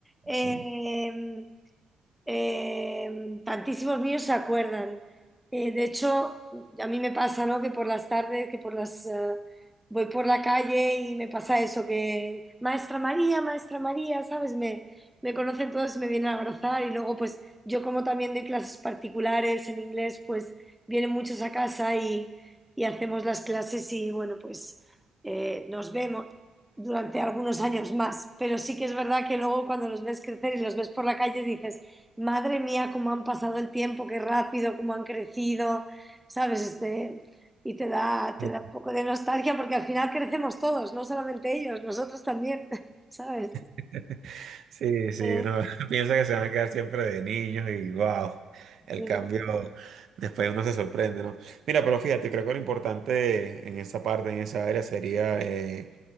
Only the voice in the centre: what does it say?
Eh,
Eh, tantísimos míos se acuerdan. Eh, de hecho, a mí me pasa, ¿no? Que por las tardes, que por las eh, voy por la calle y me pasa eso, que Maestra María, Maestra María, ¿sabes? Me, me conocen todos, me vienen a abrazar y luego, pues yo como también doy clases particulares en inglés, pues vienen muchos a casa y, y hacemos las clases y bueno, pues eh, nos vemos durante algunos años más, pero sí que es verdad que luego cuando los ves crecer y los ves por la calle dices, Madre mía, cómo han pasado el tiempo, qué rápido, cómo han crecido, ¿sabes? Este, y te da,
te da un poco de nostalgia porque al final crecemos todos, no solamente ellos, nosotros también, <laughs> ¿sabes?
Eh,
eh,